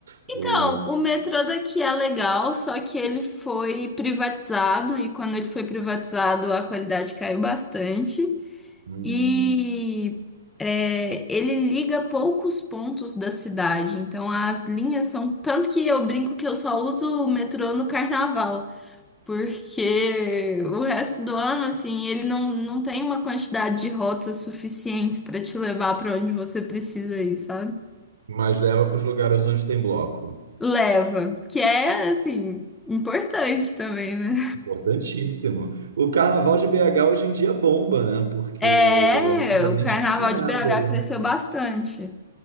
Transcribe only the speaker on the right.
o,
hum,
mas leva para os lugares onde tem bloco.
Importantíssimo. O carnaval de BH hoje em dia bomba, né? Porque
antigamente
não tinha nada
aí,
né?